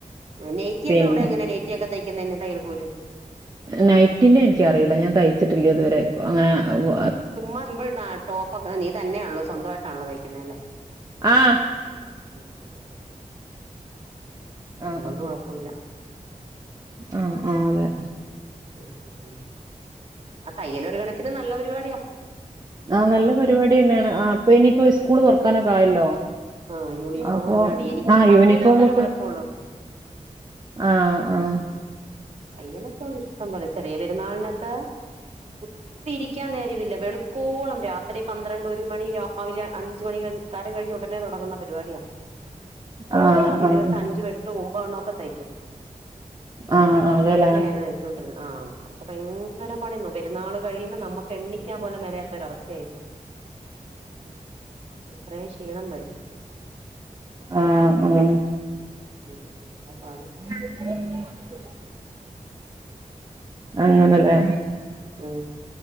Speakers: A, on the right (about 50°); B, on the right (about 30°).
A: നെയ്റ്റിക്കെ
B: പിന്നെ
A: അവ്ടെ എങ്ങനെ നെയ്റ്റി ഒക്കെ തയ്ക്കുന്നന്നെ തയ്യൽക്കൂലി
B: നൈറ്റിന്റെ ഇൻക്ക്യറിയൂല ഞാൻ തയ്ച്ചിട്ടില്ലേഇതുവരെ അങ്ങനെ അവ്വോ
A: ചുമ്മാസിമ്പിൾ ടോപ്പൊക്കെ നീ തന്നെയാണല്ലോ സ്വന്തമായിട്ടാണല്ലോ തൈക്കുന്നേ അല്ലേ
B: ആഹ്
A: ആഹ് ആഹ് ആഹ് അതുകൊണ്ട്
B: ആഹ് ആഹ്
A: കൊഴപ്പമില്ല
B: ആഹ് ആഹ് അതെ
A: ആഹ് ആഹ് ആഹ് ആഹ് തയ്യലൊര് കണക്കിന് നല്ലപരിപാടിയാ
B: ആഹ് നല്ല പരിപാടിയെന്നെയാണ് ആഹ് അപ്പൊ ഇനിയിപ്പോ സ്കൂള് തുറക്കാനൊക്കെ ആയല്ലോ
A: ആ യൂണിഫോമും
B: അപ്പൊ
A: എല്ലാം ഉണ്ട് എനിക്ക്
B: ആഹ്
A: പറ്റിയല്ലാത്തൊരു
B: യൂനിഫോമൊക്കെ
A: കുഴപ്പള്ളൂ
B: ആഹ്
A: എനിക്ക്
B: ആഹ്
A: തയ്യലൊക്കെ ഇണ്ട് ഇഷ്ടംപോലെ ചെറിയപെരുന്നാളിനൊക്കെ കുത്തി ഇരിക്ക്യാനേരവില്ല വെളുക്കോളം രാത്രി പന്ത്രണ്ട്ഒരുമണി രാവിലെ അഞ്ച്മണിക്ക്‌ നിസ്കാരം കഴിഞ്ഞ് ഉടനെ തുടങ്ങുന്ന പരിപാടിയാ
B: ആഹ്
A: ഒരു
B: ആഹ്
A: ദിവസം അഞ്ച് വെട്ടും ഒമ്പത് എണ്ണക്കെതയ്ക്കും
B: ആഹ് അതെല്ലേ
A: അങ്ങനേണ് തയിച്ചോണ്ടിര്ന്ന് ആഹ് പക്ഷെ ഭയങ്കരപണിനോ പെര്ന്നാള്കഴിയുമ്പം നമ്മക്ക്എണ്ണി ക്കാൻപോലും മെനയത്തൊരവസ്ഥയായിപ്പോ ഇത്രയേക്ഷീണംവരും
B: ആഹ് അങ്ങനെ
A: ഉം അതാ പാട്
B: <unintelligible> അങ്ങനല്ലേ
A: ഉം